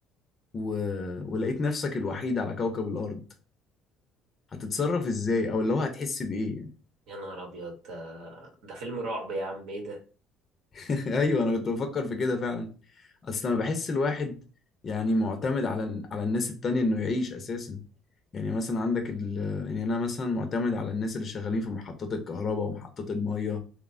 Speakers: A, on the left (about 35°); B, on the right (about 75°).
A: و... ولقيت نفسك الوحيد على كوكب الأرض هتتصرف إزاي أو اللي هو هتحس بإيه يعني.
B: يا نهار ابيض ده ده فيلم رعب يا عم ايه ده
A: <laughs> أيوه أنا كنت بفكر في كده فعلا أصل أنا بحس الواحد يعني معتمد على ال- على الناس التانية إنه يعيش أساسا يعني مثلا عندك ال... يعني أنا مثلا معتمد على الناس اللي شغالين في محطات الكهرباء ومحطات المية